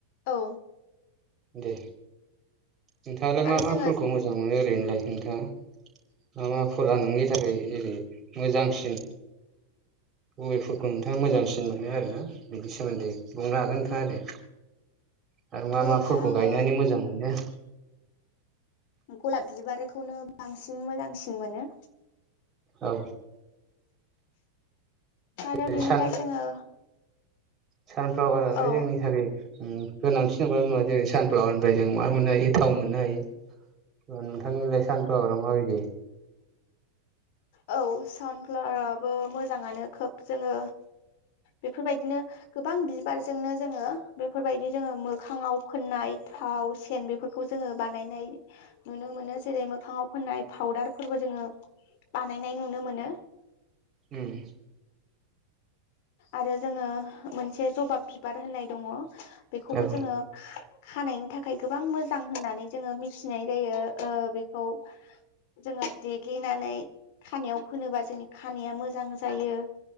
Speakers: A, on the left; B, on the right.
A: औ
B: दे नोंथाङालाय मा-मा
A: आरो जोङो
B: फुलखौ मोज जां मोनो ओरैनोलाय नोंथाङा मा-मा फुला नोंनि थाखाय जेरै मोजांसिन बबे फुलखौ नोंथाङा मोजांसिन मोनो आरोना बिनि सोमोन्दै बुंनो हागोन नोंथाङा दे। आरो मा-मा
A: ओरैनो
B: फुलखौ
A: आङो
B: गायनानै मोजां मोनो
A: गलाब बिबारिखौनो बांसिन मोजांसिन मोनो।
B: औ
A: आरो
B: जेरै
A: बिनिफ्राय जोङो
B: सानफ्लावाराल'
A: औ
B: जोंनि थाखै उम गोनांथि नंगोना नङा जेरै सानफ्लावारनिफ्राय जों मा मोननो हायो थाव मोननो हायो। ओ नोंथांनिलाय सानफ्लावारा माबादि।
A: औ सानफ्लावाराबो मोजाङानो खोब जोङो बेफोरबायदिनो गोबां बिबारजोंनो जोङो बेफोरबायदि जोङो मोखाङाव फोननाय थाव सेन बेफोर खौ जोङो बानायनाय नुनो मोनो जेरै मोखाङाव फोननाय फाउदार फोरबो जोङो बानायनाय नुनो मोनो।
B: उम
A: आरो जोङो मोनसे जबा बिबार होननाय दङ बेखौबो
B: औ
A: जोङो खा-खानायनि थाखाय गोबां मोजां होननानै जोङो मिथिनाय जायो ओ बे खौ जोङो देग्लिनानै खानायाव फोनोबा जोंनि खानाया मोजां जायो।